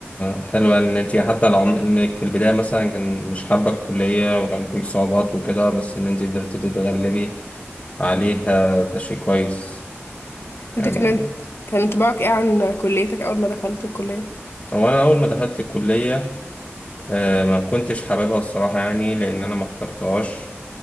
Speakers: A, on the left; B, on the left.
A: حلوة إن أنت حتى لو عم- إنك في البداية مثلا كان مش حابة الكلية وكان فيك صعوبات وكده بس إن أنت قدرتي تتغلبي عليها ده شيء كويس
B: انت
A: يعني
B: كان كان انطباعك ايه عن كليتك أول ما دخلت الكلية؟
A: هو أنا أول ما دخلت الكلية آه ما كنتش حاببها الصراحة يعني لأن أنا ما اخترتهاش